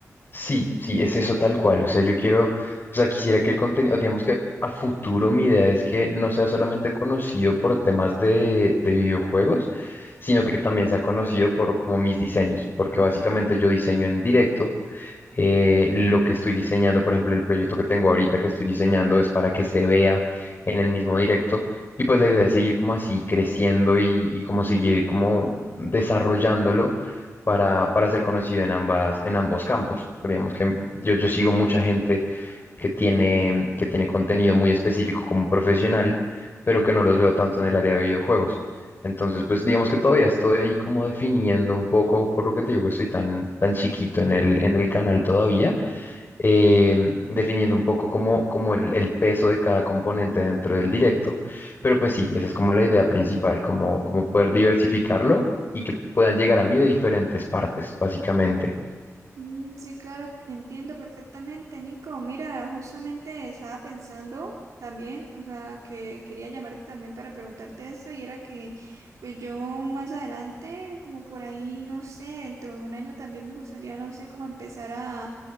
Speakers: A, on the left (about 45°); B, on the right (about 80°).
A: Sí, sí, es eso tal cual. O sea, yo quiero, o sea, quisiera que el contenido, digamos que a futuro mi idea es que no sea solamente conocido por temas de, de videojuegos, sino que también sea conocido por como mis diseños, porque básicamente yo diseño en directo eh, lo que estoy diseñando, por ejemplo, el proyecto que tengo ahorita que estoy diseñando es para que se vea en el mismo directo y pues la idea es seguir como así creciendo y, y como seguir como desarrollándolo para, para ser conocido en ambas, en ambos campos. Digamos que yo, yo sigo mucha gente que tiene, que tiene contenido muy específico como profesional, pero que no los veo tanto en el área de videojuegos. Entonces, pues digamos que todavía estoy ahí como definiendo un poco, por lo que te digo que estoy tan, tan chiquito en el, en el canal todavía, eh, definiendo un poco como, como el, el peso de cada componente dentro del directo, pero pues sí, esa es como la idea principal, como, como poder diversificarlo y que puedan llegar a mí de diferentes partes, básicamente.
B: Mm, sí, claro, entiendo perfectamente, Nico. Mira, justamente estaba pensando también, o sea, que quería llamarte también para preguntarte eso y era que, pues yo más adelante, como por ahí, no sé, dentro de un año también me gustaría, no sé, como empezar a,